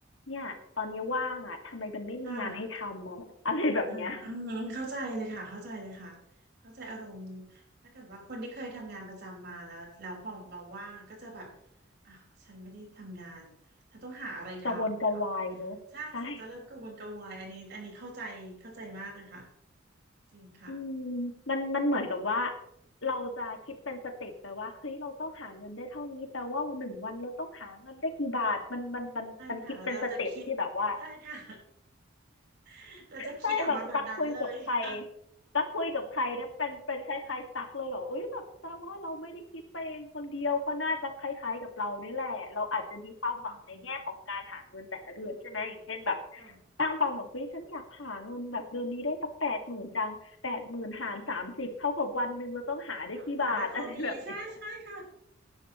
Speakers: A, on the left; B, on the right.
A: เนี่ยตอนนี้ว่างอ่ะทำไมมันไม่มีงานให้ทำอะอะไรแบบเนี้ย
B: ค่ะค่ะอืมเข้าใจเลยค่ะเข้าใจเลยค่ะเข้าใจอารมณ์ถ้าเกิดว่าคนที่เคยทำงานประจำมาแล้วแล้วพอมาว่างก็จะแบบอ้าวฉันไม่ได้ทำงานฉันต้องหาอะไรทำค่ะ
A: กระวนกระวายเนอะใช่
B: ใช่จะจะเริ่มกังวลกังวายอันนี้อันนี้เข้าใจเข้าใจมากเลยค่ะจริงค่ะ
A: อืมมันมันเหมือนกับว่าเราจะคิดเป็นสเต็ปแปลว่าเฮ้ยเราต้องหาเงินได้เท่านี้แปลว่าหนึ่งวันเราต้องหาเงินได้กี่บาทมันมันมันมันคิดเป็นสเต็ปที่แบบว่า
B: ใช่ค่ะแล้วเราจะคิดใช่ค่ะ <laughs> เราจะคิดออกมาแบบนั้นเลยค่ะ
A: ใช่แบบตักคุยกับใครตักคุยกับใครเนี่ยเป็นเป็นคล้ายๆตักเลยแบบเอ้ยแบบแต่ว่าเราไม่ได้คิดไปเองคนเดียวเขาน่าจะคล้ายๆกับเราเนี่ยแหละเราอาจจะมีความหวังในแง่ของการหาเงินแต่ละเดือนใช่ไหมอย่างเช่นแบบ
B: <laughs> อืมค่ะ
A: ตั้งความหวังว่าฉันอยากหาเงินแบบเดือนนี้ได้สักแปดหมื่นจังแปดหมื่นหารสามสิบเท่ากับวันหนึ่งเราต้องหาได้กี่บาทอะไรแบบเนี้ย
B: อืมเราขาดได้เท่านี้ใช่ใช่ค่ะ